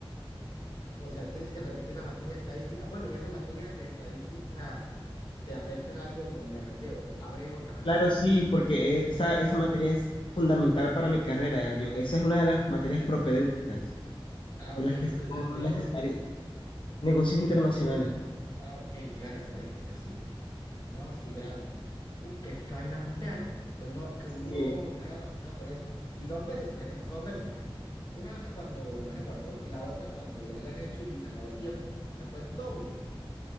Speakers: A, on the left; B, on the left.
A: o sea, tienes que repetir la materia estadística. Bueno, y esa materia de estadística te afecta en algo, me refiero. ¿Abre otra materia?
B: Claro, sí, porque e- esa, esa materia es fundamental para mi carrera. Yo, esa es una de las materias propedéuticas,
A: Ah,
B: de
A: ok.
B: las que son
A: ¿Tú qué estás estudiando?
B: necesarias. Negocios internacionales.
A: Ah, ok, claro, estadística, sí. No, sí, grave. Uf, qué, qué vaina más fea, ¿no? Que uno, que uno
B: Sí.
A: haya pasado por eso. Y dos veces, porque te pasó dos veces, ¿no? Una cuando no se guardó y la otra cuando ya lo has hecho y se acabó el tiempo. O sea, fue doble.